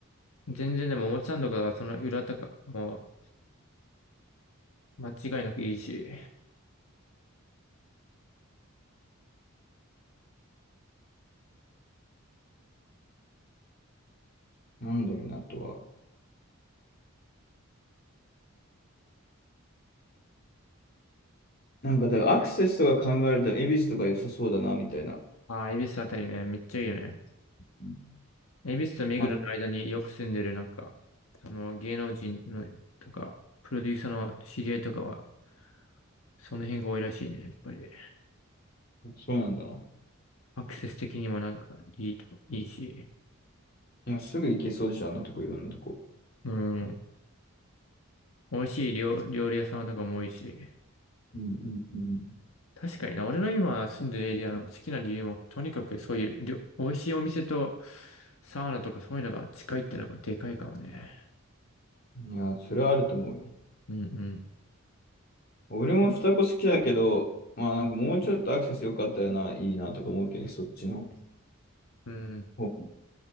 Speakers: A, on the left (about 75°); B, on the left (about 45°).
A: 全然でも表参道からその裏とかもう間違いなくいいし。
B: なんだろうな、あとは。なんか、だからアクセスとか考えると、恵比寿とか良さそうだな、みたいな。
A: ああ、恵比寿あたりね、めっちゃいいよね。
B: うん
A: 恵比寿と目黒の間によく住んでるなんか、
B: まあ、
A: その芸能人のとか、プロデューサーの知り合いとかは、その辺が多いらしいね、やっぱり。
B: そうなんだな。
A: アクセス的にもなんかいいと、いいし。
B: いや、すぐ行けそうでしょ、あんなとこ、いろんなとこ。
A: うん美味しい料、料理屋さんとかも多いし。
B: うんうん
A: 確かにな、俺の今住んでるエリアの好きな理由も、とにかくそういう料美味しいお店とサウナとかそういうのが近いってのがでかいかもね。
B: うん。いや、それはあると思うよ。
A: うんうん。
B: 俺も双子好きだけど、まあなんかもうちょっとアクセス良かったよな、いいなとか思うけどね、そっちの
A: うん。
B: 方。